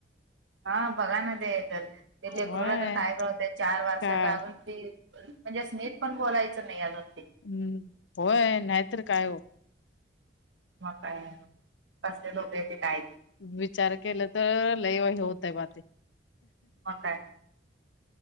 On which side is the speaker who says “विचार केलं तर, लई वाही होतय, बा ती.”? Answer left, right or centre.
Left